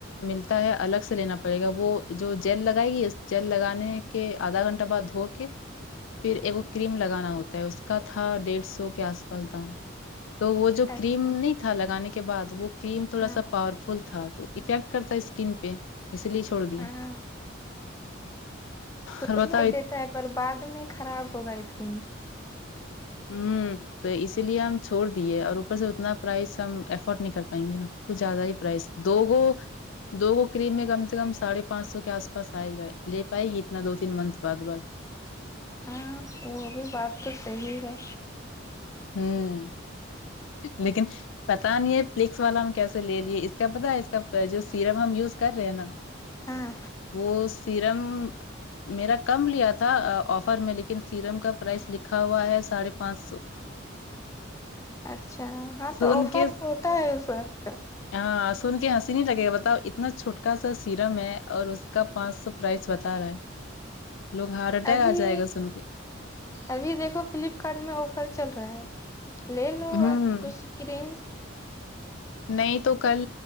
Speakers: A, on the left (about 70°); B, on the left (about 15°).
A: ملتا ہے الگ سے لینا پڑے گا وہ جو جیل لگائے گی اس جیل لگانے کے آدھا گھنٹہ بعد ہو کے پھر ایک کریم لگانا ہوتا ہے اس کا تھا ڈیڑھ سو کے آس پاس دام تو وہ جو کریم
B: اچھا
A: نہیں تھا لگانے کے بعد وہ کریم تھوڑا
B: ہاں
A: سا پاورفل تھا تو افیکٹ کرتا اسکن پہ اسی لیے چھوڑ دیے
B: ہاں دوسرو
A: اور بتاؤ
B: ہی
A: ات-
B: دیتا ہے پر بعد میں خراب ہوگا اسکن
A: ہ تو اسی لیے ہم چھوڑ دیے اور اوپر سے اتنا پرائز ہم افورڈ نہیں کر پائیں گے نا کچ زیادہ ہی پرائز دو وہ دو وه کریم میں کم سے کم سڑھے پانچ سو کے آس پاس آئے گا لے پائے گی اتنا دو تین منتھ بعد بعد
B: ہاں وہ بھی بات تو صحیح ہے
A: ھم لیکن پتا نہیں ہے پلیکس والا ہم کیسے لے لیے اس کا پتا ہے اس کا پرائس جو سیرم ہم یوز کر رہے ہیں نا
B: ہاں
A: وہ سیرم میرا کم لیا تھا آفر میں لیکن سیرم کا پرائس لکھا ہوا ہے ساڑھے پانچ سو
B: اچھا ہاں
A: سن
B: تو آفر
A: کے
B: ہوتا ہے اس وقت کا
A: ہاں سن کے ہنسی نہیں لگے گا بتاؤ اتنا چھوٹکا سا سیرم ہے اور کا پانچ سو پرائس بتا رہا ہے لوگ ہارٹ اٹیک
B: ابھی
A: آ جائے گا سن کے
B: ابھی دیکھو فلپکارٹ میں آفر چل رہا ہے لے لو
A: ہوں
B: کچھ کریم
A: نہیں تو کل